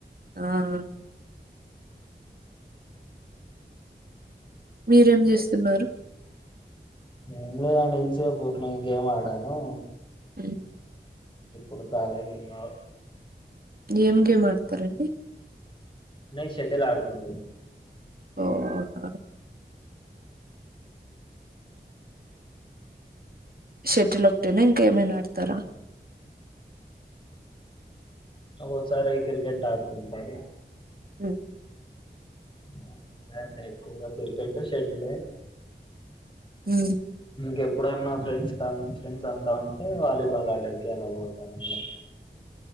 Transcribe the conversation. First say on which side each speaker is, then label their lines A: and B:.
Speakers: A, on the right (about 55°); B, on the left (about 25°).
A: ఆ ఆ మీరేం చేస్తున్నారు
B: ఏం లేదండి ఇంత సేపు ఊరికినే గేమ్ ఆడాను
A: ఆమ్
B: ఇప్పుడు ఖాళీగా ఉన్నాను
A: ఏం గేమ్ ఆడతారండి
B: నేను శెట్టెల్ ఆడుతుండే
A: ఓ ఆ షెట్టెల్ ఒకటెనా ఇంకా ఏమైనా ఆడతారా
B: ఒక్కకసారి అయితే క్రికెట్ ఆడుతుంటాను
A: ఆమ్
B: <unintelligible> ఎక్కువగా క్రికెట్ షెట్లే
A: ఉమ్
B: ఇంకెప్పుడన్నా ఫ్రెండ్స్ ఫ్రెండ్స్ అంతా ఉంటే వాలీబాల్ ఆడేకి అలా పోతాను అండి